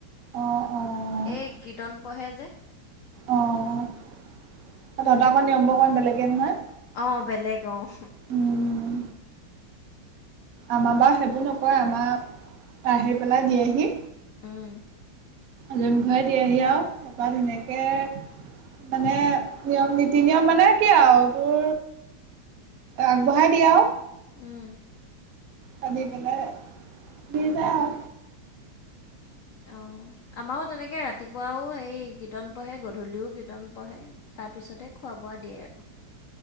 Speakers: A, on the right (about 60°); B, on the left (about 75°).
A: অ', অ',
B: এ, কীৰ্তন পঢ়ে যে।
A: অ', <unintelligible> নিয়মবোৰ অকমান বেলেগে নহয়।
B: অ' বেলেগ অ'।
A: উম, আমাৰ বাৰু সেইবোৰ নকৰে আমাৰ, আহি পেলাই দিয়েহি।
B: উম।
A: জোন ঘৰে দিয়েহি আৰু তাৰপৰা ধুনীয়াকৈ মানে নিয়ম নীতি নিয়ম মানে কি আৰু তোৰ আগবঢ়াই দিয়া আৰু
B: উম
A: ভাবি পেলাই দি যায় আও
B: অঁ আমাৰো তেনেকৈ ৰাতিপুৱাও সেই কীৰ্তন পঢ়ে গধূলিও কীৰ্তন পঢ়ে তাৰ পিছতে খোৱা বোৱা দিয়ে আৰু